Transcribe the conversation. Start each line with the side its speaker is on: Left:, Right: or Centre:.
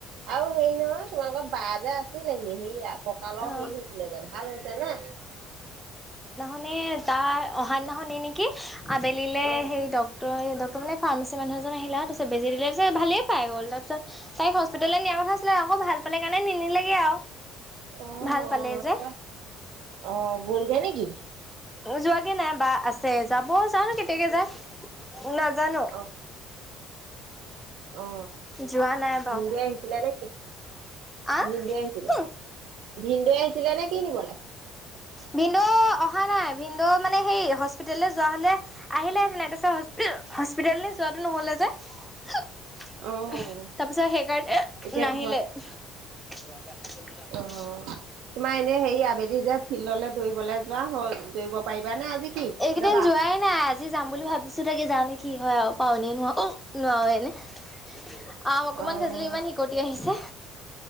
Right: আৰু হেৰি নহয় তোমালোকৰ বা যে আছে। আছিলেহি সেই ককালৰ
Centre: অ'।
Right: হেৰি হৈছিলে দে ভাল হৈছে নে?
Centre: মানে তাৰ অহানা শুনি নেকি আবেলিলে
Right: অ
Centre: সেই ডক্তৰে। ডক্টৰ মানে ফাৰ্মাচী মানুহ এ আহিলো তি বেজি দিলে যে ভালেই পাই গ'ল তাৰপিছত তাই হস্পিটাললৈ নিয়া কথাছিলে। আকৌ ভাল পালে কাৰণে নিনিলেগে আৰু।
Right: অ -
Centre: ভাল
Right: অ
Centre: পালেই যে
Right: তে আহ, গ'লগৈ নেকি।
Centre: ত' যোৱাকে নাই বা আছে যাব যা ন কেতিয়াকে যায়। নাজানো।
Right: অ' অ,
Centre: যোৱা নাই বাৰু
Right: হিন্দুৱে আহিছিলে নেকি?
Centre: আহ
Right: ভিনদ আহিছিলে ভিনদুৱে আহিছিলে নে কি নিবলৈ।
Centre: ভিনন্দ অহা নাই ভিনন্দ মানে হেই। হস্পিলৈ যোৱা হলে আহিলেহটেন নাই তাৰপিছত হস্পিতেল যোৱাতটো নহলে যে। তাৰপিছত
Right: অ'
Centre: সেইকাৰণে
Right: এতিয়া
Centre: নাহিলে।
Right: ঘৰত
Centre: ত'আগে আ ৰা
Right: অ'
Centre: কৰি
Right: তোমাৰ এনেই হেৰি আবেলি যে ফিল্ডলৈ দৌৰিবলৈ যোৱা হ'ল দৌৰিব পাৰিবানে আজি কি
Centre: এইকেইদিন
Right: যাবা?
Centre: যোৱাই নাই আজি যাম বুলি ভাবিছো তাকে যা নেকি। কি হয় আৰু পানেই নোৱাাও অ, নোৱাৰা এনে। আম অকমান
Right: অ'
Centre: খজুলি ইমান শিকটি আহিছে।